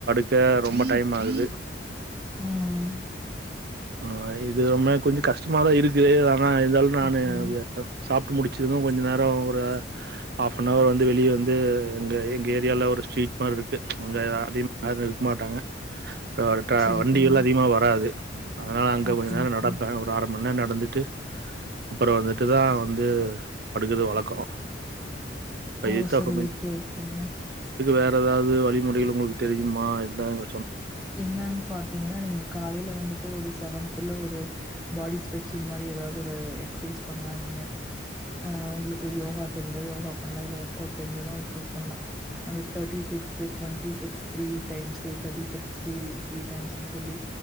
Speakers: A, on the right; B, in the centre.
A: ச்சா ரொம்ப டைம் ஆகுது
B: உம்
A: ஆஹ் இதுமே கொஞ்ச கஷ்டமாதா இருக்குது ஆம் ஆ இதல நானு
B: ஓகே
A: சாப் முடிச்சதும் கொஞ்ச நேர ஒரு ஹாஃப்னவர் வந்து வெளியே வந்து எங்க எங்க ஏரியால ஒரு ஸ்ட்ரீட் மாரி இருக்கு அங்க அதிக யாரும் இருக்க மாட்டாங்க வரட்டா
B: செரி
A: வண்டி
B: செரிங்க
A: எல்லா அதிகமா வராது அதுனால அங்க
B: ஓகே
A: கொஞ்ச நேரம்
B: ஓகே
A: நடப்பேன் ஒரு ஆரம் முன்னே நடந்துட்டு அப்பறம் வந்துட்டுதா வந்து படுக்றது வழக்கோம் பைசா
B: ஓ செரி
A: <unintelligible>
B: ஓகே ஓகேங்க
A: வேற ஏதாவது வழிமுறைகள் உங்ளுக்கு தெரியுமா இதாங்க
B: என்னன்னு பாத்தீங்னா நீங்க காலையில வந்துட்டு ஒரு தெவன்குள்ள ஒரு பாடிஸ் ஸ்ரெட்சிங் மாரி ஏதாவது ஒரு எக்ஸ்சைஸ் பண்ணலா நீங்க அஹ் உங்ளுக்கு யோகா தெரிஞ்ச யோகா பண்ணலா இல்ல ஒர்கோட் தெரிசதுனா ஒர்கோட் பண்லா அந்த thirty six twenty six three times thirty six three three டைம்ஸ்ன்னு சொல்லி